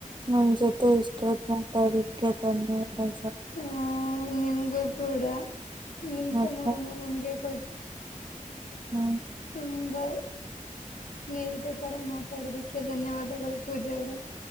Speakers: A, on the right (about 35°); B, on the left (about 75°).
A: ಹ್ಮ್ ಜತೆ ಇಷ್ಟ ತಡ ಬ
B: ಹಹ ನಿಮ್ಗೂ ಕೂಡ ನಿಮ್
A: ಮತ್ತೆ
B: ಸಮಯನ ಹ
A: ಹ್ಮ್
B: ತುಂಬಾ ಸ್ನೇಹಿತೆ ತರ ಮಾತಾಡದಿಕ್ಕೆ ಧನ್ಯವಾದಗಳು ಪೂಜಾ ಅವರೇ.